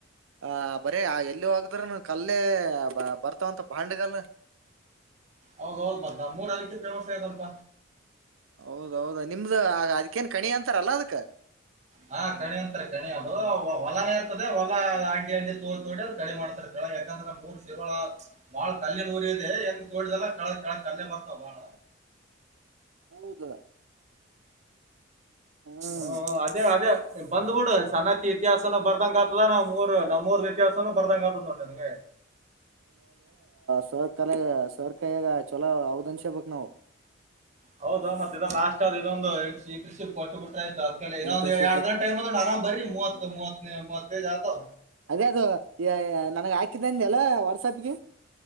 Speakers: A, on the right; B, on the right.
A: ಆ ಬರ ಎಲ್ಲಿ ಹೋಗ್ದ್ರ ಕಲ್ಲೇ ಬರ್ತಾವಂತ ಬಾಂಡಗಲ್
B: ಹೌದ ಹೌದ ಬರ್ತ ಮೂರ್ ಅ ರೀ ಫೇಮಸ್ ಆದಲ್ಪ
A: ಹೌದೌದ ನಿಮ್ದು ಆಗ ಅದಕ್ಕೇನ್ ಕಣಿ ಅಂತಾರಲ್ಲ ಅದಕ್
B: ಹಾ ಕಣಿ ಅಂತಾರೆ ಕಣಿ ಅದು ಹೊಲನೇ ಇರ್ತದೆ ಹೊಲ ಅಡ್ಡಿ ಅಡ್ಡಿ ತೋ ತೋಡಿ ಅ ಕಣಿ ಮಾಡ್ತಾರೆಳ ಯಾಕಂದ್ರೆ ಮೂರ್ ಶಿರಳ ಬಾಳ ಕಲ್ಲಿನ ರಿ ಇದೆ ಹೆಂಗ್ ತೋಡ್ದಲ್ಲ ಕಲ್ಲ ಬರ್ತಾವ ಬಾಳ
A: ಹೌದ ಹ್ಮ್
B: ಹ್ಮ ಅದೇ ಅದೇ ಬಂದ್ಬುಡು ಸಣನ್ನತಿ ಇತಿಹಾಸನು ಬರ್ದಂಗ ಆಗ್ತದ ನಮ್ೂರ್ ನಮ್ೂರ್ದ ಇತಿಹಾಸನು ಬರ್ದಂಗ ಆತದ ಅದಂಗೆ
A: ಸರ್ಕಲೆ ಸರ್ಕಾಯಾಗ ಚಲೋ ಹದ್ ಅನ್ಷೇ ಬಕ್ ನಾವವು
B: ಹೌದಾ ಮತ್ತೆ ಲಾಷ್ಟ ಇದುಒಂದು ಸ್ವೀೃಷಫೋರ್ಗಳು ಆಯ್ತ ಇನ್ನೊಂದಂದು
A: ಇಂಟರ್ನ್ಶಿಪ್
B: ಎರ ದಿನ ಟೈಮ್ ಆರಾಮ ಬರಿ ಮೂವತ್ತು ಮೂವತ್ತೈದು ಇದಾವೆ
A: ಅದೇ ಅದು ನನಗ ಹಾಕಿದ್ದೇನ್ ಅಲ್ಲ ವಾಟ್ಸಪ್ಗೆ